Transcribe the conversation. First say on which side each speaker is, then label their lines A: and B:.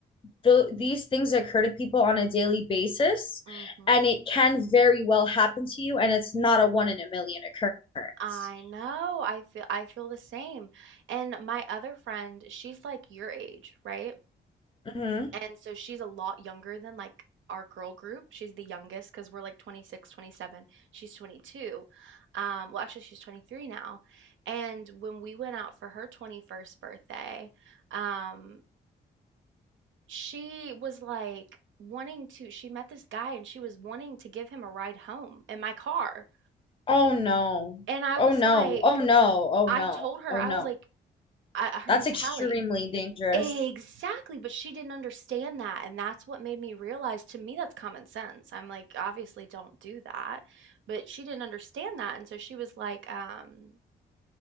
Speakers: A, on the left; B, on the right.
A: the, these things occur to people on a daily basis
B: mm hmm
A: and it can very well happen to you and it's not a one in a million occurrence.
B: I know. I feel I feel the same. And my other friend, she's like your age, right?
A: hmm
B: And so she's a lot younger than like our girl group. She's the youngest because we're like 26, 27. She's 22. Um, well, actually, she's 23 now. And when we went out for her 21st birthday, um, she was like wanting to, she met this guy and she was wanting to give him a ride home in my car.
A: Oh no.
B: And I
A: Oh
B: was
A: no.
B: like,
A: Oh no. Oh
B: I
A: no.
B: told her,
A: Oh
B: I
A: no.
B: was like, I, her
A: That's
B: name's
A: extremely
B: Hallie.
A: dangerous.
B: Exactly, but she didn't understand that, and that's what made me realize to me that's common sense. I'm like, obviously don't do that, but she didn't understand that, and so she was like, um,